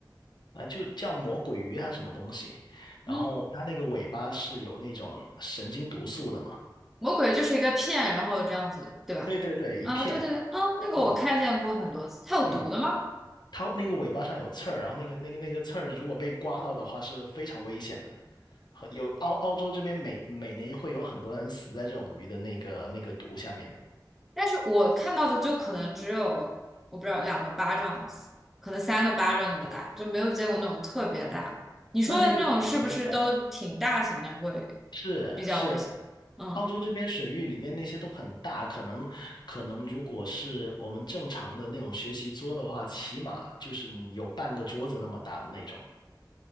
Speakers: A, on the left (about 70°); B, in the centre.
A: 啊就叫魔鬼鱼还是什么东西，然后它那个尾巴是有那种神经毒素的嘛。
B: 嗯，魔鬼就是一个骗，然后这样子，对吧？
A: 对对对，一片，
B: 啊，对对对，啊，那个我看见过很多次，
A: 嗯
B: 它有毒的吗？
A: 嗯。它那个尾巴上有刺儿，然后那个那个那个刺儿如果被刮到的话是非常危险的。和有澳澳洲这边每每年会有很多人死在这种鱼的那个那个毒下面。
B: 但是我看到的就可能只有我不知道两个巴掌，可能三个巴掌那么大，就没有见过那种特别大的。
A: 哦，
B: 你说的那种是不是都挺大型的，
A: 那那个水很小。
B: 会
A: 是是，
B: 比较危险？嗯，
A: 澳洲这边水域里面那些都很大，可能可能如果是我们正常的那种学习桌的话，起码就是有半个桌子那么大的那种。